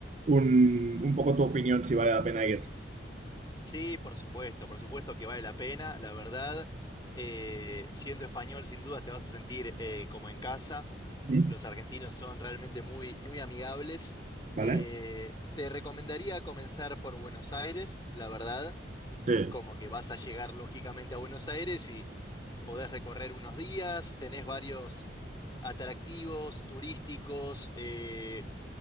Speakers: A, on the right (about 40°); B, on the left (about 20°).
A: un, un poco tu opinión si vale la pena ir.
B: Sí, por supuesto, por supuesto que vale la pena. La verdad, eh, siendo español, sin duda te vas a sentir eh, como en casa.
A: Ujú,
B: Los argentinos son realmente muy, muy amigables.
A: ¿Vale?
B: Eh, te recomendaría comenzar por Buenos Aires, la verdad,
A: Sí.
B: como que vas a llegar lógicamente a Buenos Aires y podés recorrer unos días, tenés varios atractivos turísticos. eh,